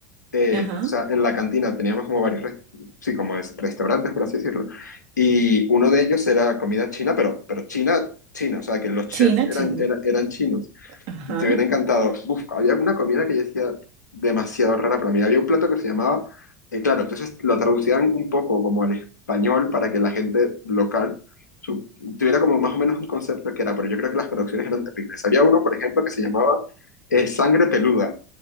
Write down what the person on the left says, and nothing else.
eh,
o sea, en la cantina teníamos como varios, res- sí, como es, restaurantes, por así decirlo, y uno de ellos era comida china, pero, pero china, china, o sea, que los chefs
eran,
era- eran chinos.
Te hubiera encantado. Uf, había una comida que yo decía demasiado rara para mí. Había un plato que se llamaba, eh, claro, entonces lo traducían un poco como al español para que la gente local su- tuviera como más o menos un concepto que era, pero yo creo que las traducciones eran terribles. Había uno, por ejemplo, que se llamaba eh, sangre peluda.